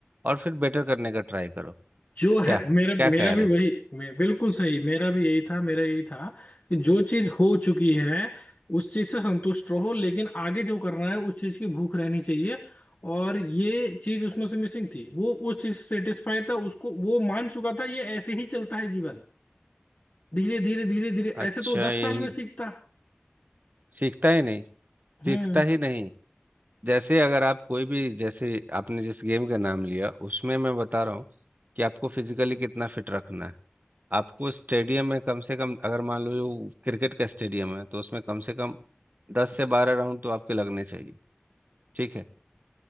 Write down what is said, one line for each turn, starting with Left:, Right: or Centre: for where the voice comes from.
Right: और फिर बेटर करने का ट्राई करो
Left: जो
Right: क्या
Left: है मेरा
Right: क्या ख्याल
Left: मेरा भी
Right: है इसका?
Left: वही मे, बिल्कुल सही मेरा भी यही था मेरा यही था कि जो चीज हो चुकी है उस चीज से संतुष्ट रहो लेकिन आगे जो करना है उस चीज की भूख रहनी चाहिए और ये चीज उसमें से मिसिंग थी वो उस चीज से सेटिस्फाई था उसको वो मान चुका था ये ऐसे ही चलता है जीवन धीरे धीरे धीरे धीरे
Right: अच्छा
Left: ऐसे तो वो दस
Right: यही
Left: साल में सीखता
Right: सीखता ही नहीं
Left: हम्म
Right: सीखता ही नहीं जैसे अगर आप कोई भी जैसे आपने जिस गेम का नाम लिया उसमें मैं बता रहा हूँ कि आपको फिजिकली कितना फिट रखना है आपको स्टेडियम में कम से कम अगर मान लो ये क्रिकेट का स्टेडियम है तो उसमें कम से कम दस से बारह राउंड तो आपके लगने चाहिए ठीक है